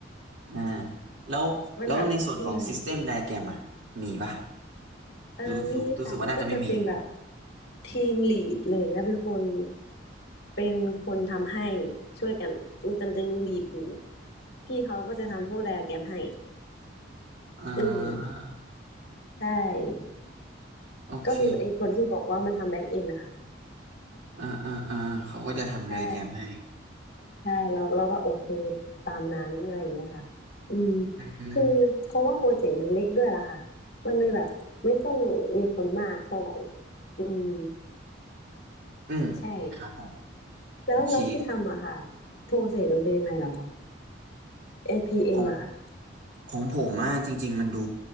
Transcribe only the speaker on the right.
อ่าแล้วแล้วในส่วนของ
System Diagram อ่ะมีปะ
รู้รู้รู้สึกว่าน่าจะไม่มี
อ่
า
โอเค
อ่าอ่าอ่าเขาก็จะทำ
Diagram ให้
อืม
อืมครับผม
โอเค
ของ ของผมอะจริงๆมันดู